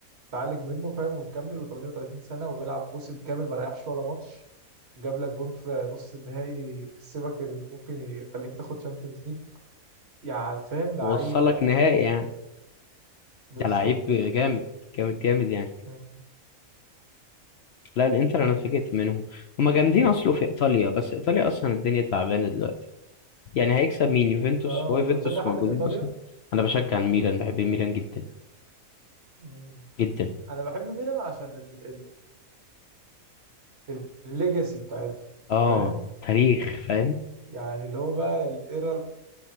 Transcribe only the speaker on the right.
اتعالج منه فاهم ومكمل و38 سنه وبيلعب موسم كامل ما ريحش ولا ماتش جاب لك جون في نص النهائي يكسبك اللي ممكن يخليك تاخد شامبيونز ليج يعني فاهم لعيب
يعني
بالظبط
مم.
اه
انت بتشجع حد
في ايطاليا؟
مم.
انا بحب ميلان عشان ال- ال- الليجاسي بتاعتها
فاهم
يعني اللي هو بقى الايرا